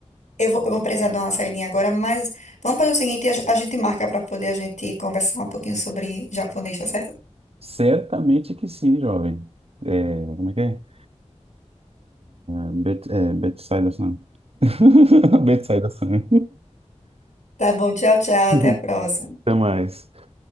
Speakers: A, on the left; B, on the right.
A: eu vou, eu vou precisar dar uma saidinha agora, mas vamos fazer o seguinte, a, ge- a gente marca pra poder a gente conversar um pouquinho sobre japonês, tá certo?
B: Certamente que sim, jovem. É, como é que é? É, Bet, é Betsaida-san. <laughs> Betsaida-san.
A: Tá bom, tchau, tchau,
B: <laughs>
A: até a próxima.
B: Até mais.